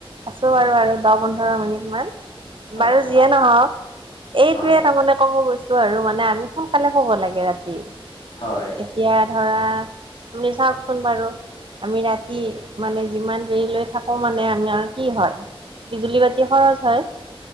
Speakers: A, on the right (about 60°); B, on the left (about 80°).
A: আছো বাৰু
B: হয়
A: আৰু দহ পোন্ধৰ মিনিটমান
B: হয়
A: বাৰু
B: হয়
A: যিয়ে নহওক এইটোয়ে
B: হয়
A: তাৰমানানে ক'ব গৈছো। আৰু মানে আমি সোনকালে শুব লাগে ৰাতি।
B: হয়।
A: এতিয়া ধৰা আপুনি চাওকচোন বাৰু আমি ৰাতি মানে যিমান দেৰি লৈ। থাকো মানে আমি কি হয় বিজুলী বাতি খৰচ হয়।